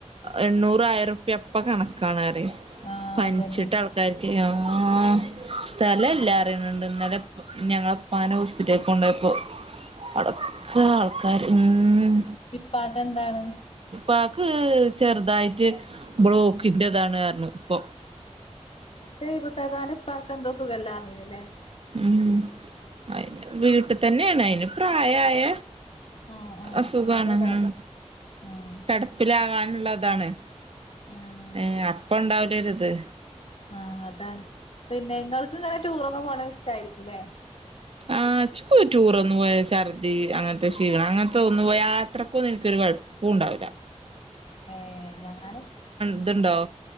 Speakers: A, on the right; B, on the left.
A: എണ്ണൂറായിരം രൂപ്യ അപ്പ കണക്കാണ് റ്യേ
B: ആഹ്
A: പനിച്ചിട്ട്
B: അതന്നെ
A: ആൾക്കാർക്കേ ആ ആ സ്ഥലല്ലാ പറിണ് ണ്ട് ഇന്നലെ പ്പ ഞങ്ങളപ്പാനെ ഹോസ്പിറ്റൽക്ക് കൊണ്ടുപോയപ്പോ അവിടൊക്കെ ആൾക്കാര് ഊം
B: പാകെന്താണ്
A: പ്പാക്ക് ചെറുതായിട്ട് ബ്ലോക്കിന്റെതാണ് പർഞ്ഞു ഇപ്പം
B: സേയ്ബുത്താത്താൻ്റെപ്പാക്കന്തോ സുഖല്ലാ തയ്ന് ലേ
A: ഉം അയിന് വീട്ടു തന്നെയാണ് അയിന് പ്രായാ ആയ
B: ആഹ് ആഹ്
A: അസുഖാണ്
B: അയിന്റെതാണ്
A: ഉം
B: ആഹ്
A: കെടപ്പിലാകാ അങ്ങനുള്ളതാണ്
B: ആഹ്
A: ഏ അപ്പ ഉണ്ടാവല ടരുത്
B: ആ അതാണ് പിന്നെ ഇങ്ങൾക്ക് ഇങ്ങനെ ടൂറൊക്കെ പോണത് ഇഷ്ട്ടാരിക്കും ക്കുല്ലേ
A: ആ ജ് പോ ടൂറൊന്നും പോയ ശർദ്ദി അങ്ങനത്തെ ഷീണം അങ്ങനത്തെ ഒന്നു പോ യാത്രക്കൊന്നും എനിക്കൊരു കൊഴപ്പോംണ്ടാവില്ല
B: ഏ ഞാന്
A: ഇതുണ്ടോ